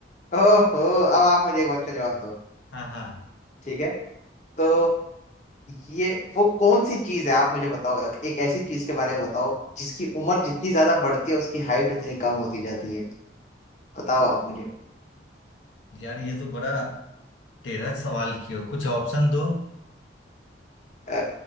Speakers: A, on the left; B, on the left.
A: ओहो अब आप मुझे एक बात का जवाब दो
B: हाँ हाँ
A: ठीक है तो ये वो कौन सी चीज है आप मुझे बताओ एक ऐसी चीज के बारे में बताओ जिसकी उम्र जितनी ज्यादा बढ़ती है उसकी हाइट उतनी कम होती जाती है बताओ आप मुझे
B: यार ये तो बड़ा टेढ़ा सवाल किया कुछ ऑप्शन दो
A: आ,